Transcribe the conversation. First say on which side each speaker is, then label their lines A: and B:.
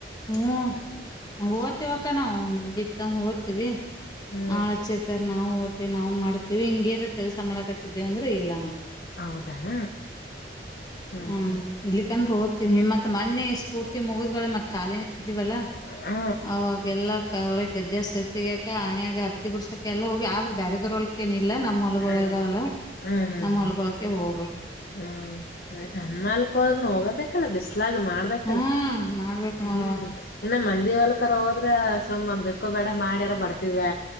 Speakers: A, on the left (about 20°); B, on the left (about 60°).
A: ಹ್ಮ್ ಓತಿವಕ ನಾವು ಗಿತ್ತ ಹ ವಿ
B: ಹ್ಮ್
A: ಆ ಆಚರ್ತರ್ ನಾವು ಓವಿ ನಾವು ಮಾಡವಿ ಹಿಂಗೇಏನ್ ಕೆಲಸ ಮಾಡಾಕತ್ತಿದ್ದೇವಂದ್ರೆ ಇಲ್ಲಾವು
B: ಹೌದಾನ ಹ್ಮ್
A: ಹ
B: ಹ್ಮ್
A: ಇಲ್ಲಿಕ್ಕಂದ್ರೆ ಓದ್ತೀವಿ ಹಿಮತ್ ಮತ್ತ ಮನ್ನೆ ಸ್ಫೂರ್ತಿ ಮುಗಿದ್ಗಳ ಮತ್ತತ್ ಖಾಲಿ ಇದ್ದೀವಲ್ಲ
B: ಹಾ
A: ಅವಾಗೆಲ್ಲಾ ಕ ಒಳ ಗದ್ದ ಸೈತ್ತಗಾಕ ಅಣ್ಯಾಗ ಹತ್ತಿ ಬಿಡ್ಸಕ ಎಲ್ಲ ಹೋಗಿ ಆದ್ರೆ ಬ್ಯರೆದ್ರೊಳಕ ಇಲ್ಲ ನಮ್ಮ್ ಹೊಲಗ
B: ಹಾ
A: ಇದದಾವಲ್ಲ
B: ಹಾ
A: ನಮ್ಮ್
B: ಹಾ
A: ಹೊಲ್ಗೊಕ ಹೋಗ್ಬೇಕು
B: ಹ್ಮ್ ನಮ್ಮಲ್ಕ್ದ್ರನು ಹೋಗಬೇಕಲ್ಲ ಬಿಸ್ ಲ ಮಾಡ್ಬೇಕಲ್ಲ
A: ಹ್ಮ್ ಮಾಡ್ಬೇಕ್
B: ಹ್ಮ್
A: ನೋಡವ
B: ಇನ್ನು ಮ ದಲ್ಕರ ಹೋದ್ರೆುಮ್ ಬೆಕ್ಕೋ ಬೇಡ ಮಾಡಿಯಾರ ಬರ್ತಾರೆ